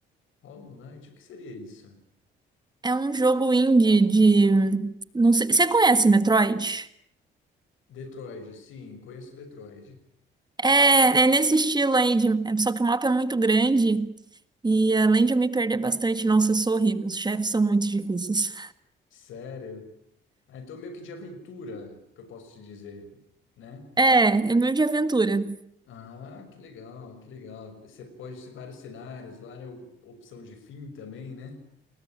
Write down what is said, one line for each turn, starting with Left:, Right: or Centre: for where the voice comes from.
Left: Hollow Knight, o que seria isso?
Right: É um jogo indie de. Não sei, você conhece Metroid?
Left: Detroit, sim, conheço Detroit.
Right: É, é nesse estilo aí, de, é- só que o mapa é muito grande e além de eu me perder bastante, nossa, eu sou horrível. Os chefes são muito difíceis.
Left: Sério? Ah, então meio que de aventura que eu posso te dizer, né?
Right: É, é meio de aventura.
Left: Ah, que legal, que legal. Você pode ter vários cenários, várias opção de fim também, né?